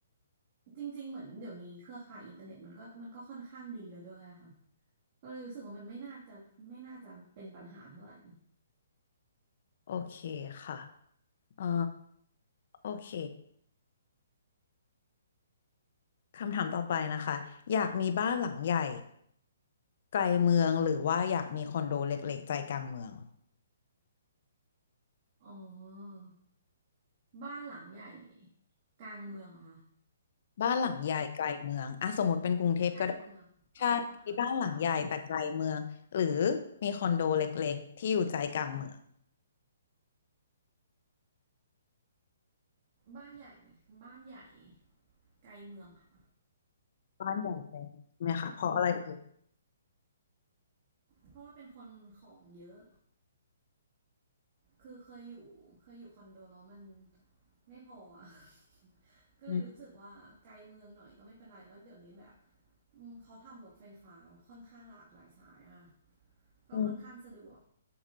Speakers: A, on the right; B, on the left.
A: จริงๆ เหมือนเดี๋ยวนี้เครือข่ายอินเทอร์เน็ตมันก็มันก็ค่อนข้างดีแล้วด้วยอะค่ะก็เลยรู้สึกว่ามันไม่น่าจะไม่น่าจะเป็นปัญหาเท่าไหร่
B: โอเคค่ะเอ่อโอเคคำถามต่อไปนะคะ อยากมีบ้านหลังใหญ่ไกลเมืองหรือว่าอยากมีคอนโดเล็กๆใจกลางเมือง
A: อ๋อบ้านหลังใหญ่กลางเมืองเหรอะค่ะ
B: บ้านหลังใหญ่ไกลเมืองอ่ะสมมติเป็นกรุงเทพก็ได้
A: ไกลเมืองอ๋อค่ะ
B: ใช่มีบ้านหลังใหญ่แต่ไกลเมืองหรือมีคอนโดเล็กๆที่อยู่ใจกลางเมือง
A: บ้านใหญ่บ้านใหญ่ไกลเมืองค่ะ
B: บ้านใหญ่ไปใช่ไหมคะเพราะอะไรเอ่ย
A: เพราะว่าเป็นคนของเยอะ คือเคยอยู่เคยอยู่คอนโดแล้วมันไม่พออะ <laughs> ก็เลยรู้สึกว่าไกลเมืองหน่อยก็ไม่เป็นไรแล้วเดี๋ยวนี้แบบ
B: อืม
A: อืมเขาทำรถไฟฟ้าค่อนข้างหลากหลายสายอะ ก็ค่อนข้างสะดวก
B: อืม